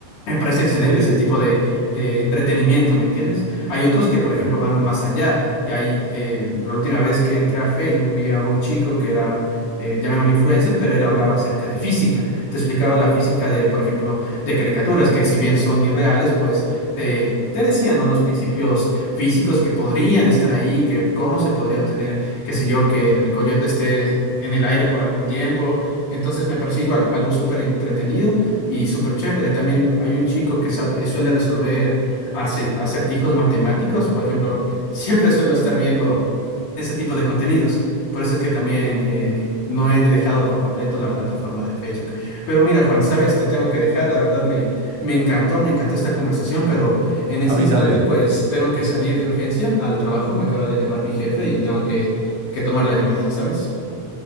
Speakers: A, on the left; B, on the right.
A: Me parece excelente
B: Sí.
A: ese tipo de, de entretenimiento, ¿me entiendes? Hay otros que, por ejemplo,
B: Sí.
A: van más allá. Y ahí, eh, la última vez que entré a Facebook, vi a un chico que era, eh, llamémoslo influencer, pero él hablaba acerca de física. Te explicaba la física de, por ejemplo, de caricaturas, que si bien son irreales, pues te, te decía, ¿no? Los principios físicos que podrían estar ahí, que cómo se podría obtener, qué sé yo, que el coyote esté en el aire por algún tiempo. Entonces me pareció igual, algo súper entretenido y súper chévere. También hay un chico que sa- eh, suele resolver arce- acertijos matemáticos. Por ejemplo, <laughs> siempre suelo estar viendo ese tipo de contenidos. Por eso es que también eh, no he dejado por completo la plataforma de Facebook. Pero mira, Juan, sabes, te tengo que dejar. La verdad me, me encantó, me encantó esta conversación, pero en este
B: A mí
A: instante,
B: también.
A: pues tengo que salir de urgencia al trabajo, me acaba de llamar mi jefe y tengo que, que tomar la llamada, ¿sabes?